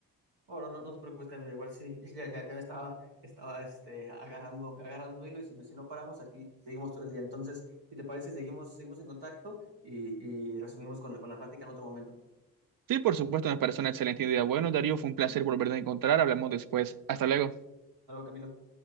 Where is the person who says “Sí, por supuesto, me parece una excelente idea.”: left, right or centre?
Right